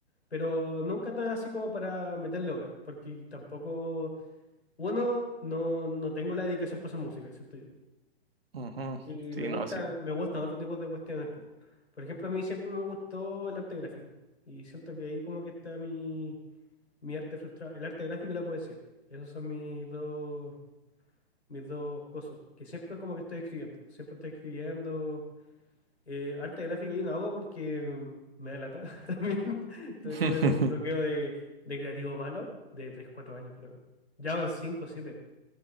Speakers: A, on the left; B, on the right.
A: Pero nunca tan así como para meterle horas, porque tampoco, uno, no, no tengo la dedicación para hacer música, ¿cierto?
B: ujú,
A: Y
B: Sí,
A: me gusta,
B: no, sí.
A: me gustan otros tipos de cuestiones. po. Por ejemplo, a mí siempre me gustó el arte gráfico. Y siento que ahí como que está mi, mi arte frustrado. El arte gráfico y la poesía. Esos son mis dos, mis dos cosas. Que siempre como que estoy escribiendo. Siempre estoy escribiendo. Eh, arte gráfico yo no hago porque mm, me da lata <laughs> también. Tu-
B: <laughs>
A: Tuve como un bloqueo de, de creativo malo de 3 4 años creo. Ya van 5, siete